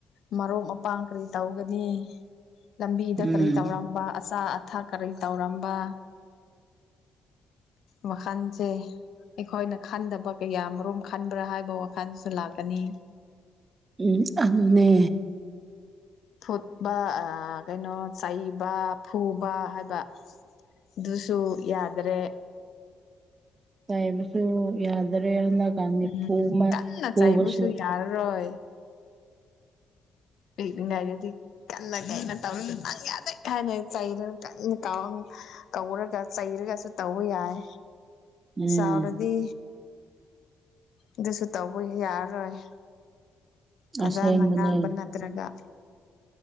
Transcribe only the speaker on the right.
ꯎꯝ
ꯎꯝ ꯑꯗꯨꯅꯦ
ꯆꯩꯕꯁꯨ ꯌꯥꯗ꯭ꯔꯦ <unintelligible> ꯀꯥꯅꯤ
ꯐꯨꯃ
ꯐꯨꯕꯁꯨ
ꯎꯝ
ꯑꯁꯦꯡꯕꯅꯦ